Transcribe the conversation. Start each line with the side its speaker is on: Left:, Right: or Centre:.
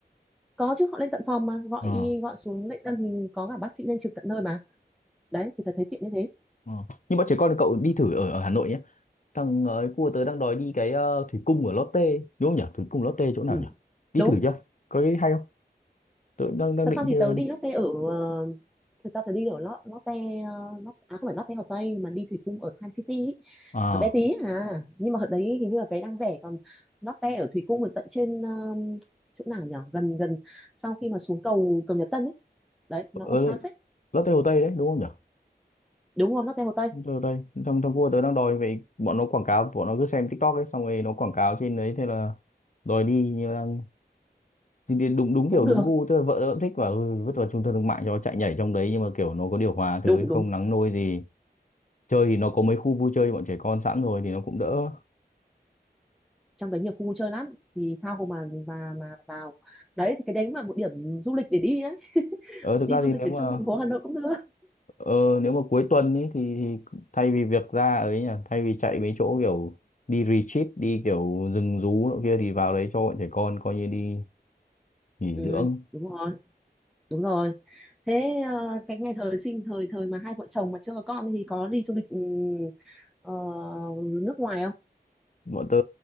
Centre: có chứ họ lên tận phòng mà gọi
Left: ờ
Centre: y gọi xuống lễ tân thì có cả bác sĩ lên trực tận nơi mà đấy thì tớ thấy tiện như thế
Left: ờ nhưng bọn trẻ con cậu đi thử ở ở Hà Nội nhé thằng ấy cua tớ đang đòi đi cái ờ, thủy cung ở Lotte ấy. đúng không nhỉ thủy cung Lotte chỗ nào
Centre: ừ.
Left: nhỉ đi
Centre: đúng
Left: thử chưa có cái hay không tớ cũng đang đang
Centre: thật
Left: định
Centre: ra thì
Left: chưa
Centre: tớ
Left: đi
Centre: đi Lotte ở ờ, thật ra tớ đi ở Lo- Lotte ờ, Lo- à không phải Lotte Hồ Tây mà đi Thủy Cung ở Time City ý.
Left: à
Centre: Nó bé tí à nhưng mà ở đấy hình như là vé đang rẻ còn Lotte ở Thủy Cung ở tận trên ờ, chỗ nào nhỉ gần gần sau khi mà xuống cầu cầu Nhật Tân ấy đấy
Left: ở
Centre: nó còn xa phết
Left: Lotte Hồ Tây đấy đúng không nhỉ
Centre: đúng rồi Lotte Hồ Tây
Left: Lotte Hồ Tây thằng thằng cua tớ đang đòi vậy bọn nó quảng cáo bọn nó cứ xem TikTok ấy xong rồi nó quảng cáo trên đấy thế là đòi đi nhưng mà đang thì đi đúng đúng
Centre: cũng
Left: kiểu đúng
Centre: được
Left: gu tức là vợ tớ cũng thích và vứt vào trung tâm thương mại cho nó chạy nhảy trong đấy nhưng mà kiểu nó có điều hòa thứ
Centre: đúng
Left: ấy, không
Centre: đúng
Left: nắng nôi gì chơi thì nó có mấy khu vui chơi bọn trẻ con sẵn rồi thì nó cũng đỡ
Centre: trong đấy nhiều khu vui chơi lắm thì tha hồ mà mà mà vào đấy thì cái đấy cũng là một điểm du lịch để đi đấy
Left: ờ
Centre: đi
Left: thực ra
Centre: du
Left: thì
Centre: lịch
Left: nếu
Centre: ở
Left: mà
Centre: trong thành phố Hà Nội cũng được
Left: Ờ, nếu mà cuối tuần ý, thì, thì thay vì việc ra ấy nhỉ, thay vì chạy mấy chỗ kiểu đi retreat, đi kiểu rừng rú nọ kia thì vào đấy cho bọn trẻ con coi như đi nghỉ
Centre: ừ,
Left: dưỡng.
Centre: đúng rồi đúng rồi thế ờ, cái ngày thời sinh thời thời mà hai vợ chồng mà chưa có con thì có đi du lịch ừ, ờ, nước ngoài không
Left: Bọn tớ